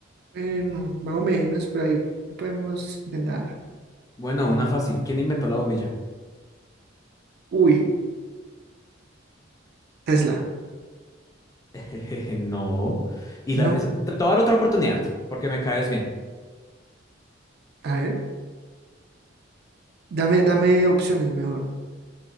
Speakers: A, on the right; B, on the left.
A: bueno, más o menos, pero ahí podemos intentar.
B: Bueno, una fácil. ¿Quién inventó la bombilla?
A: Uy, Tesla.
B: <laughs> Jejeje, no. Y
A: No.
B: la, es- te te voy a dar otra oportunidad, porque me caes bien.
A: A ver, dame, dame opciones mejor.